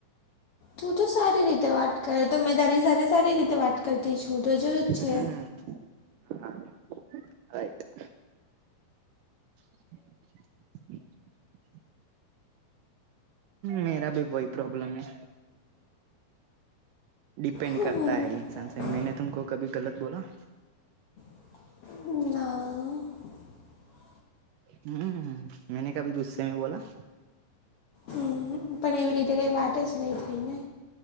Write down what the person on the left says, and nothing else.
તું તો સારી રીતે વાત કર તો મેં તારી સાથે સારી રીતે વાત કરતી છું તો જોયું જ
છે.
તો નહી
કરતા
ના-
હમ પણ એવી રીતે કઈ વાત જ નહી થઈને